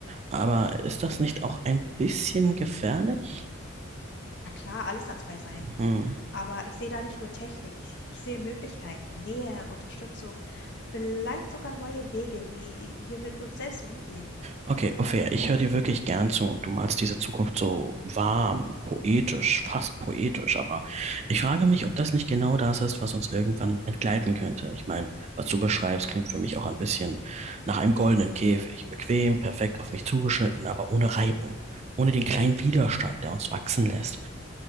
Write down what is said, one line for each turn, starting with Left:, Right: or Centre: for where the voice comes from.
Right: Aber ist das nicht auch ein bisschen gefährlich?
Left: Na klar, alles hat zwei Seiten.
Right: Hm.
Left: Aber ich sehe da nicht nur Technik, ich, ich sehe Möglichkeiten, Nähe, Unterstützung, vielleicht sogar neue Wege, wie wir mit uns selbst umgehen.
Right: Okay, Ophäa, ich höre dir wirklich gern zu und du malst diese Zukunft so warm, poetisch, fast poetisch, aber ich frage mich, ob das nicht genau das ist, was uns irgendwann entgleiten könnte. Ich meine, was du beschreibst, klingt für mich auch ein bisschen nach einem goldenen Käfig. Bequem, perfekt auf mich zugeschnitten, aber ohne Reibung. Ohne den kleinen Widerstand, der uns wachsen lässt,